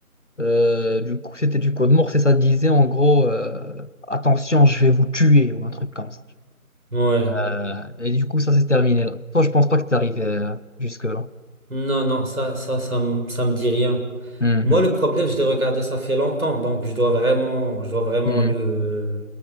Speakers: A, on the left; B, on the right.
A: euh, du coup, c'était du code morse et ça disait en gros, euh, attention, je vais vous tuer ou un truc comme ça.
B: Ouais.
A: Euh, et du coup, ça s'est terminé là. Toi, je pense pas que t'es arrivé euh, jusque-là.
B: Non, non, ça, ça, ça, me- ça me dit rien.
A: Mhm.
B: Moi, le problème, je l'ai regardé, ça fait longtemps, donc je dois vraiment, je dois vraiment
A: Mhm.
B: le,